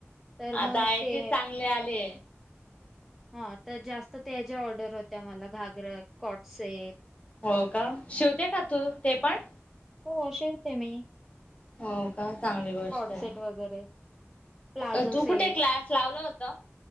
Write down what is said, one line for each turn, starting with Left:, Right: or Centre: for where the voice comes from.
Centre: तर मग
Left: आता आहे.
Centre: ते
Left: तेच चांगले आले.
Centre: हा तर जास्त त्या ज्या ऑर्डर होत्या, मला घागर कॉटसेप
Left: हो का. शिवते का तू ते पण.?
Centre: हो शिवते मी.
Left: हो का. चांगली गोष्टाय.
Centre: कॉटसेट वगैरे प्लाझो
Left: तू
Centre: सेट
Left: कुठे क्लास लावल होत?